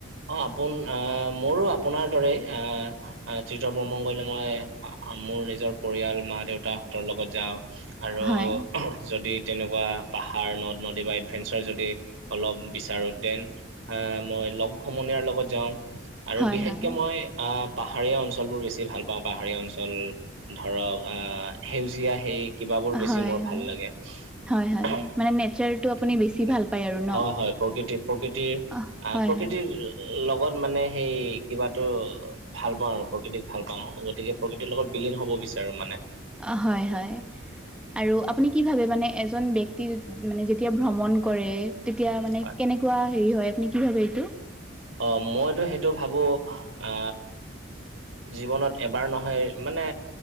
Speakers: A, on the right; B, in the centre.
A: অ', আপোন আ- মোৰো আপোনাৰ দৰেই। আ- তীৰ্থ ভ্ৰমণ কৰিলে মই মোৰ নিজৰ পৰিয়াল, মা-দেউতাহঁতৰ লগত যাওঁ। আৰু
B: হয়
A: যদি তেনেকুৱা পাহাৰ, নদ-নদী বা এডভেঞ্চাৰ যদি অলপ বিচাৰোঁ দেন, আ- মই লগ সমনীয়াৰ লগত যাওঁ। আৰু
B: হয়
A: বিশেষকে
B: হয়
A: মই আ- পাহাৰীয়া অঞ্চলবোৰ বেছি ভাল পাওঁ। পাহাৰীয়া অঞ্চল ধৰক আ- সেউজীয়া সেই কিবাবোৰ বেছি
B: হয়
A: মোৰ
B: হয়
A: ভাল লাগে।
B: হয় হয়
A: হয়
B: মানে নেচাৰটো আপুনি বেছি ভাল পায় আৰু ন
A: -হয়, প্ৰকৃতি- প্ৰকৃতিৰ
B: অ
A: আ-
B: হয়
A: প্ৰকৃতিৰ
B: হয়
A: লগত মানে সেই কিবাটো ভাল পাওঁ আৰু, প্ৰকৃতিক ভাল পাওঁ। গতিকে প্ৰকৃতিৰ লগত বিলীন হব বিচাৰোঁ মানে।
B: অ' হয় - হয়। আৰু আপুনি কি ভাবে মানে এজন ব্যক্তি মানে যেতিয়া ভ্ৰমণ কৰে তেতিয়া মানে
A: হয়।
B: কেনেকুৱা হেৰি হয়, আপুনি কি ভাবে এইটো?
A: অ' মইতো সেইটো ভাবোঁ আ জীৱনত এবাৰ নহয় মানে